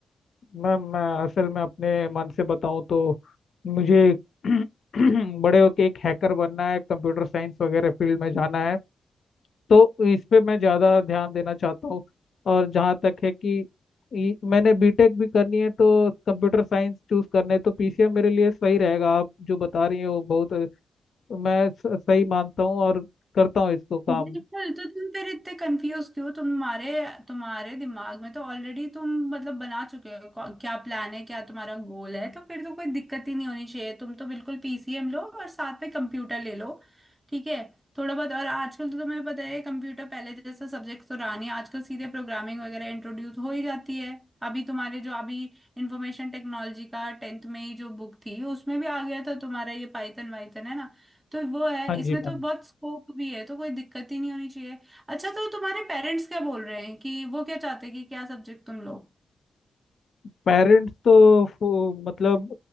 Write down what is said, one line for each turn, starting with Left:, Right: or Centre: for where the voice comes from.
Left: मैं मैं असल में अपने मन से बताऊँ तो मुझे <clears throat> बड़े होके एक हैकर बनना है कंप्यूटर साइंस वगैरह फील्ड में जाना है तो इस पे मैं ज़्यादा ध्यान देना चाहता हूँ और जहाँ तक है कि ये- मैंने बीटेक भी करनी है तो कंप्यूटर साइंस चूज करना है तो पीसीएम मेरे लिए सही रहेगा आप जो बता रही हैं वो बहुत अ, मैं स- सही मानता हूँ और करता हूँ इसको काम
Right: बिल्कुल तो तुम फिर इतने कंफ्यूज क्यों तुम्हारे तुम्हारे दिमाग में तो ऑलरेडी तुम मतलब बना चुके हो कौ- क्या प्लान है क्या तुम्हारा गोल है तो फिर तो कोई दिक्कत ही नहीं होनी चाहिए तुम तो बिल्कुल पीसीएम लो और साथ में कंप्यूटर ले लो ठीक है थोड़ा बहुत और आजकल तो तुम्हें पता है कंप्यूटर पहले जैसा सब्जेक्ट तो रहा नहीं आजकल सीधे प्रोग्रामिंग वगैरह इंट्रोड्यूस हो ही जाती है अभी तुम्हारे जो अभी इंफॉर्मेशन टेक्नोलॉजी का टेंथ में ही जो बुक थी उसमें भी आ गया था तुम्हारा ये पाइथन वाइथन है ना तो वो है
Left: हाँ
Right: इसमें
Left: जी मैम
Right: तो बहुत स्कोप भी है तो कोई दिक्कत ही नहीं होनी चाहिए अच्छा तो तुम्हारे पेरेंट्स क्या बोल रहे हैं कि वो क्या चाहते हैं कि क्या सब्जेक्ट तुम लो
Left: पेरेंट्स तो फु- मतलब